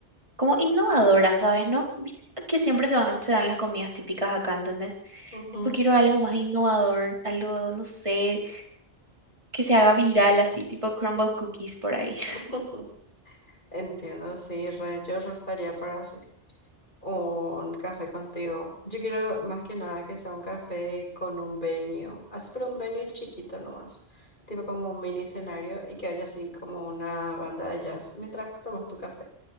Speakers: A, on the right (about 30°); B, on the left (about 50°).
A: Como innovadoras, ¿sabes? ¿No? ¿Viste que siempre se van- se dan las comidas típicas acá, ¿entendés?
B: Ujú.
A: Tipo, quiero algo más innovador, algo, no sé, que se haga viral así, tipo crumble cookies por ahí. <laughs>
B: <laughs> Entiendo, sí, re, yo re estaría para hacer un café contigo. Yo quiero más que nada que sea un café con un venue, así pero un venue chiquito nomás, tipo como un mini escenario y que haya así como una banda de jazz mientras tomas tu café.